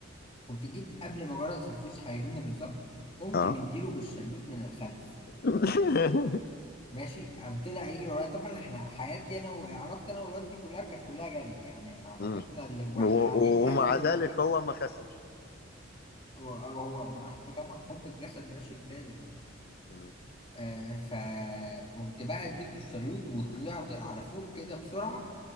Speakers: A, on the left (about 30°); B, on the left (about 50°).
A: قمت جيت قبل ما جرس الفوس هيرن بالظبط قمت
B: اه
A: مديله بالشلوت من الخلف
B: <laughs>
A: ماشي قام طلع يجري ورايا طبعا احنا حياتي انا وعلاقتي انا والواد دي كلها كانت كلها جري يعني علاقتنا
B: مم.
A: اللي واحنا
B: و-
A: قاعدين اقل
B: ومع ذلك
A: بكتير
B: هو ما خسش
A: وهو براحته طبعا حب الجسد ده شيء لازم يعني
B: مم.
A: آه فقمت بقى اديته الشلوت وطلعت على فوق كده بسرعة